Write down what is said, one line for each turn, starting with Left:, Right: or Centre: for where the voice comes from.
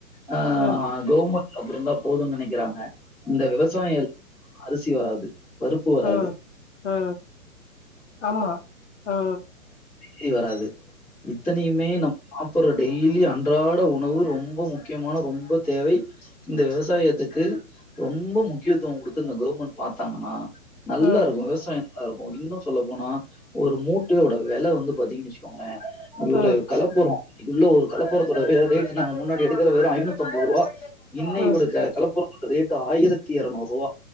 Centre: ஆ
Left: ம்
Centre: கவுர்மென் அப்டிந்தா போதுன் நெனைக்கிறாங்க இந்த விவசாய இரு அரிசி வராது பருப்பு வராது,
Left: ஆ ஆ ஆமா ஆ
Centre: ளி வராது அத்தனையுமே நம் சாப்புர்ற டெய்லி அன்றாட உணவு ரொம்ப முக்கியமான ரொம்ப தேவை இந்த விவசாயத்துக்கு ரொம்ப முக்கியத்துவ குடுத்து இந்த கவர்மெண்ட் பாத்தாங்கன்னா நல்லாருக்கு
Left: ம்
Centre: விவசாய நல்லாருக்கு இன்னு சொல்ல போனா ஒரு மூட்டையோட வெல வந்து பாத்தீங்கன் வச்சுக்கோங்களே நூறு
Left: ம்
Centre: கலப்புரோ இல்ல ஒரு கலப்புரத்தோடது ரேட்டு நாங்க முன்னாடி எடுக்குற வெறு ஐநூத்தம்பருவா இன்னைக்கு
Left: ம்
Centre: குடுக்க கலப்புரத்தோட ரேட்டு ஆயிரத்தி எரநூறு ருவா